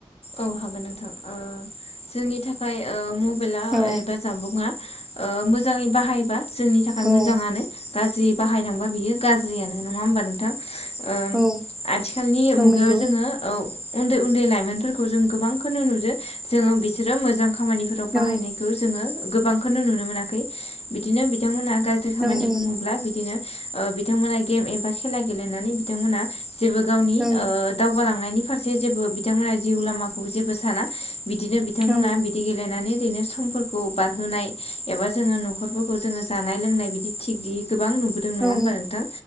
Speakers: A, on the left; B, in the centre.
A: औ हागोन नोंथां। ओ जोंनि थाखाय ओ मबाइला
B: औ
A: एबा जामुंआ ओ मोजाङै बाहायोबा जोंनि थाखाय
B: औ
A: मोजांङानो गाज्रि बाहायदोंबा बियो गाज्रियानो नङा होमबा नोंथां ओम
B: औ
A: आथिखालनि
B: औ
A: मुगायाव
B: नंगौ
A: जोङो औ उन्दै उन्दै लाइमोनफोरखो जोङो गोबांखौनो नुदो जोङो बिसोरो मोजां खामानाफोराव बाहायनायखौ
B: औ
A: जोङो गोबांखौनो नुनो मोनाखै बिदिनो बिथांमोना गाज्रि खामानि
B: औ औ
A: बुङोब्ला बिबिथांमोना गेम एबा खेला गेलेनानै बिथांमोना जेबो गावनि
B: औ
A: ओ दावगालांनायनि फारसे जेबो बिथांमोनहा जिउ लामाखौ जेबो साना बिदिनो बिथांमोनहा
B: औ
A: बिदि गेलेनानै ओरैनो समफोरखौ बारहोनाय एबा जोङो न'खरफोरखौ जोङो जानाय लोंनाय बिदि थिग गैयि गोबां नुबोदों नङा
B: औ
A: होमबा नोंथां